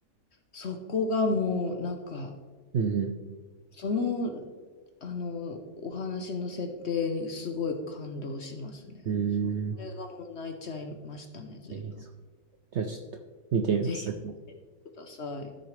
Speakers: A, on the left; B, on the right.
A: そこがもう、なんか、
B: うん、
A: その、あの、お話の設定にすごい感動しますね。
B: うん。うーん。
A: そう。これがもう泣いちゃいましたね、随分。
B: えー、そう。じゃあちょっと見てみます。
A: ぜひ見てください。